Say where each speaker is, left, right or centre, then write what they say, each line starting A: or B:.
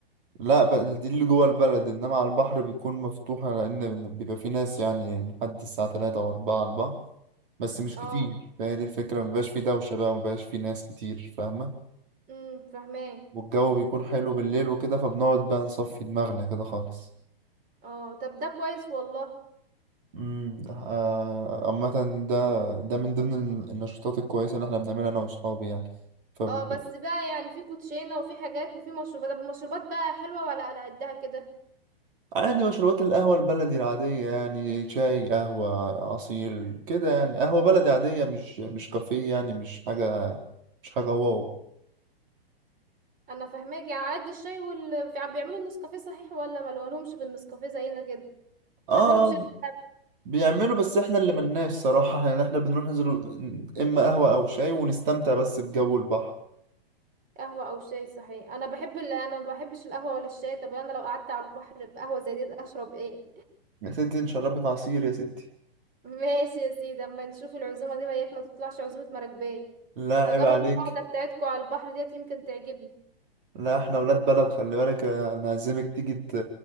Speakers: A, on the right; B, on the right.
A: لا ب- دي اللي جوه البلد انما على البحر بيكون مفتوحة لان بيبقى في ناس يعني لحد الساعة 3 او 4 على البحر بس مش
B: اه
A: كتير فهي دي الفكرة مبقاش في دوشة بقى مبقاش في ناس كتير فاهمة
B: امم فاهماه
A: والجو بيكون حلو بالليل وكده فبنقعد بقى نصفي دماغنا كده خالص
B: اه طب ده كويس والله
A: امم آه، عامة ده ده من ضمن ال- النشاطات الكويسة اللي احنا بنعملها أنا وأصحابي يعني فب-
B: اه بس بقى يعني في كوتشينه وفي حاجات وفي مشروبات طب المشروبات بقى حلوه ولا على قدها كده
A: عادي مشروبات القهوة البلدي العادية يعني شاي قهوة عصير كده يعني قهوة بلدي عادية مش مش كافيه يعني مش حاجة مش حاجة واو
B: انا فاهماك يعني على قد الشاي وال في- بيعملوا النسكافيه صحيح ولا ما لهمش في النسكافيه زينا كده
A: اه
B: اخرهم شاي
A: آه،
B: بلبن.
A: بيعملوا بس احنا اللي ملناش صراحة يعني احنا بنروح ننزل اما قهوة او شاي ونستمتع بس بجو البحر
B: قهوه او شاي صحيح انا بحب ال... انا ما بحبش القهوه ولا الشاي طب انا لو قعدت على البحر في قهوه زي دي اشرب ايه
A: يا ستي نشربك عصير يا ستي
B: ماشي يا سيدي اما نشوف العزومه دي وياك ما تطلعش عزومه مراكبيه
A: لا
B: هجرب
A: عيب عليك
B: القعده بتاعتكم على البحر ديت يمكن تعجبني
A: لا احنا ولاد بلد خلي بالك انا عازمك تيجي ت-